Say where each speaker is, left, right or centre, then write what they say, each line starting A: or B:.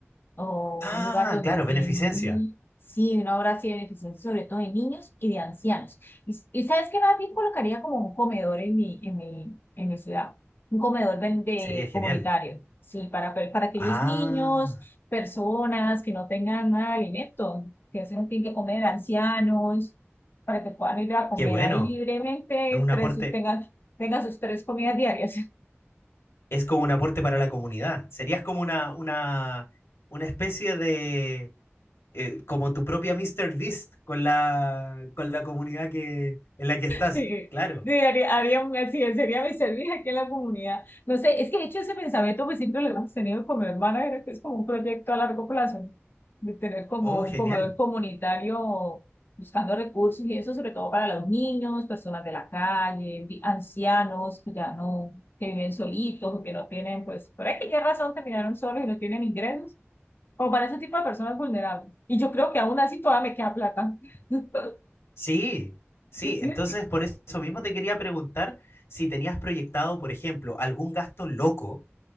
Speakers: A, on the left (about 50°); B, on the left (about 70°).
A: o
B: Ah,
A: un lugar donde
B: claro, beneficencia.
A: piden un, sí, una obra así beneficente, sobre todo de niños y de ancianos. Y, y sabes que más bien colocaría como un comedor en mi, en mi, en mi ciudad, un comedor ven- de,
B: Sería genial.
A: comunitario, sí, para, pe- para aquellos
B: Ah,
A: niños, personas que no tengan nada de alimento, que se no tienen que comer, ancianos, para que puedan ir a comer
B: qué bueno.
A: ahí libremente,
B: Es un
A: tres,
B: aporte,
A: tengan, tengan sus tres comidas diarias.
B: es como
A: <laughs>
B: un aporte para la comunidad. Serías como una, una, una especie de eh, como tu propia Mr. Beast con la, con la comunidad que, en la que estás.
A: Sí,
B: Claro.
A: sí, haría, haría un- así es, sería mi servicio aquí en la comunidad. No sé, es que de hecho ese pensamiento pues siempre lo hemos tenido con mi hermana, era que es como un proyecto a largo plazo, ¿no? de tener como
B: Oh, genial.
A: un comedor comunitario buscando recursos y eso sobre todo para los niños, personas de la calle, vi- ancianos que ya no, que viven solitos o que no tienen, pues, por aquella razón terminaron solos y no tienen ingresos, o para ese tipo de personas vulnerables. Y yo creo que aún así todavía me queda plata. <laughs>
B: Sí, sí.
A: ¿Sí?
B: Entonces, por eso mismo te quería preguntar si tenías proyectado, por ejemplo, algún gasto loco